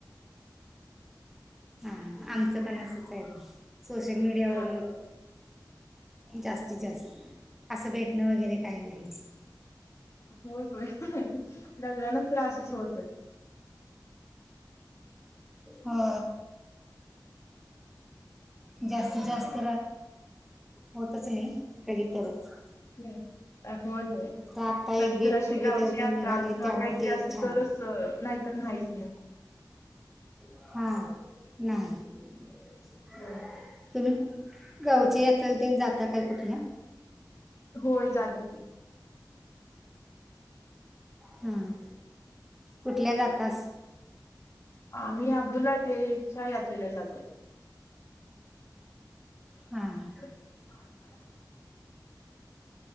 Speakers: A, in the centre; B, on the left.
A: हा आमचं पण असंच आहे सोशल मीडियावरल
B: हा
A: जास्तीत जास्त असं भेटणं वगैरे काही नाही.
B: होय होय लग्नानच त्रासच होत.
A: हो. जास्तीत जास्त होतच नाही कधी तरच
B: ह्. होय हो
A: तर आता एक
B: कधी
A: गेट
B: तर अशी
A: टुगेदर
B: गावची
A: ते
B: यात्रा
A: निघाले
B: किंवा
A: त्यामुळे
B: काहीतरी
A: ते
B: असली
A: एक छान
B: तरच
A: आहे
B: नाहीतर नाहीच मग
A: <unintelligible>
B: होम.
A: तुम्ही गावचे येथल देन जाता काय कुठल्या?
B: होय जातोकी
A: हम कुठल्या जातास.
B: आम्ही अब्दुल हटेच्या यात्रेला जातो.
A: हम्.
B: <unintelligible>